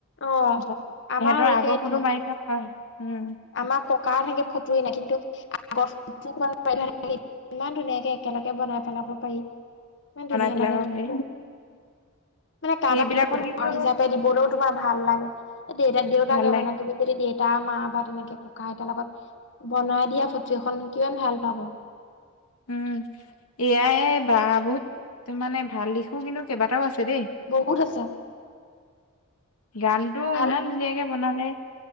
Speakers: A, on the left; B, on the left.
A: অ
B: সিহঁতৰ
A: আমাৰো
B: আগৰ
A: সেইটোৱে
B: ফটো মাৰি থোৱা হয় উম
A: আমাৰ ককা থাকিও ফটো এ নাই কিন্তু আমাৰ ইমান ধুনীয়াকে একেলগে বনাই পেলাব পাৰি ইমান
B: বনাই
A: ধুনীয়া
B: পেলাব
A: লাগে আকৌ
B: পাৰি
A: মানে কাৰোবাক
B: সেইবিলাকৰ
A: তুমি উপহাৰ
B: কিন্তু
A: হিচাপে দিবলৈও তোমাৰ ভাল লাগে দেউতা দেউতাকে
B: ভাল লাগে
A: মানে তুমি যদি দেউতা বা তেনেকে ককা আইতাৰ লগত বনাই দিয়া ফটো এখন কিমান ভাল পাব
B: উম এয়াই বা বহুত মানে ভাল দিশো কিন্তু কেইবাটাও আছে দেই
A: বহুত আছে
B: গানটো
A: ভাল
B: ইমান ধুনীয়াকে বনালে